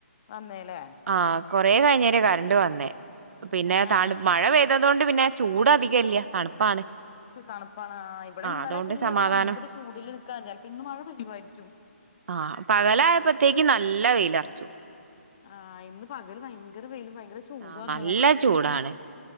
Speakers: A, on the left (about 25°); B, on the right (about 65°).
A: വന്നേല്ലേ
B: ആഹ് കൊറേ കഴിഞ്ഞേരെ കറണ്ട് വന്നേ പിന്നെ
A: ആഹ്
B: താണ് മഴ പെയ്തതോണ്ട് പിന്നെ ചൂടധികല്ല തണുപ്പാണ്
A: തണുപ്പാണ് ആഹ് ഇവടെ ഇന്നലെ
B: അതുകൊണ്ട്
A: ഇന്നൊക്കെ
B: സമാധാനം
A: ഭയങ്കര ചൂടില് നിക്കാ ചെൽപ്പ ഇന്ന് മഴ പെയ്യുവായിരിക്കും
B: ആഹ് പകലായപ്പോത്തേക്ക് നല്ല വെയിലറ്ച്ചു
A: ആഹ് ഇന്ന് പകല് ഭയങ്കര വെയിലും ഭയങ്കര ചൂടുവാർന്നു
B: ആഹ് നല്ല
A: അതാണ് എന്ത്
B: ചൂടാണ്
A: ചൂടാ